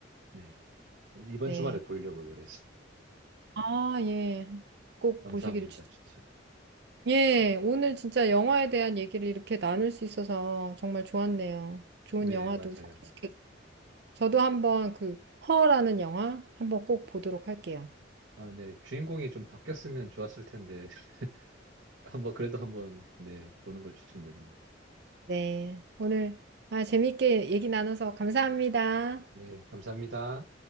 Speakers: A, on the right (about 75°); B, on the right (about 55°).
A: 네. 이번
B: 네.
A: 주말에 보려고요, 그래서.
B: 아, 예. 꼭
A: 감사합니다,
B: 보시기를 추천.
A: 추천.
B: 예. 오늘 진짜 영화에 대한 얘기를 이렇게 나눌 수 있어서 정말 좋았네요. 좋은
A: 네,
B: 영화도
A: 맞아요.
B: 소개시켜. 저도 한번 그 허라는 영화 한번 꼭 보도록 할게요.
A: 아, 네. 주인공이 좀 바뀌었으면 좋았을 텐데, <laughs> 한번, 그래도 한번, 네, 보는 걸 추천드립니다.
B: 네. 오늘 아, 재밌게 얘기 나눠서 감사합니다.
A: 네, 감사합니다.